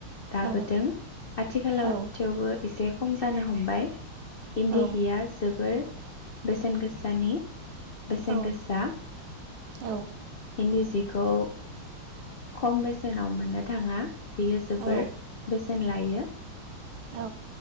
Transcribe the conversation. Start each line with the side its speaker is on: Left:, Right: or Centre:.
Left: दाबोदों
Right: औ
Left: आथिखालाव
Right: औ
Left: थेवबो एसे खम जानो हमबाय इन्दिहिया
Right: औ
Left: जोबोर बेसेन गोसानि बेसेन
Right: औ
Left: गोसा
Right: औ
Left: इन्दि जिखौ खम बेसेनाव मोननो थाङा बेयो जोबोर
Right: औ
Left: बे सेन लायो
Right: औ